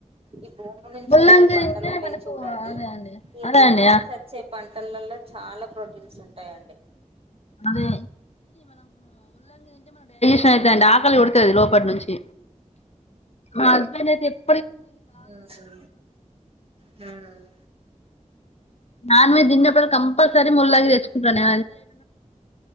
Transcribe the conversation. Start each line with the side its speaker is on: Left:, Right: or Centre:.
Right: ఈ భూమి నుంచి
Left: ముల్లంగి
Right: వచ్చే పంటలు
Left: తింటే
Right: ఉంటాయి
Left: మనకు
Right: చూడండి,
Left: అదే అండి
Right: ఈ
Left: అదే
Right: భూమి
Left: అండి
Right: నుంచి వచ్చే పంటలల్లో చాలా ప్రోటీన్స్ ఉంటాయండి.
Left: అదే <unintelligible> ఉడుతుది లోపటి నుంచి అహ్ నేనే చెప్
Right: ఉహు హ్మ్
Left: నాన్ వెజ్ తిన్నప్పుడు కంపల్సరి ముల్లంగి తెచ్చుకుంట నే